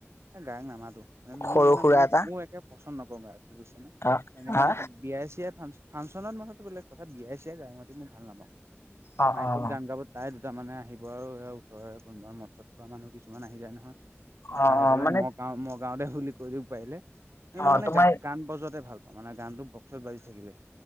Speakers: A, on the right; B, on the left.
A: এ গায়ক নামাতো এই মই
B: সৰু
A: মানে
B: সুৰা
A: মোৰ
B: এটা
A: মোৰ একে পচন্দ নকৰো গায়ক বুজিছানে।
B: অ
A: এনেকে
B: হা
A: মানে বিয়াই চিয়াই ফাং ফাংচনত মাতাতো বেলেগ কথা বিয়াই চিয়াই গায়ক মাতি মই ভাল নাপাওঁ।
B: অ
A: মাইকত
B: অ
A: গান গাব তাৰে দুটা মানে আহিব আৰু ওচৰৰে কোনোবা মদ চদ খোৱা মানুহ কিছুমান আহি যায় নহয়।
B: অ
A: আহি
B: অ
A: পেলাই
B: মানে
A: মই গাও মই গাওদে বুলি কৈ দিয়ক পাৰিলে মই
B: অ
A: মানে
B: তোমাৰ
A: গান গান বজোৱাতে ভাল মানে গানটো বক্সত বাজি থাকিলে।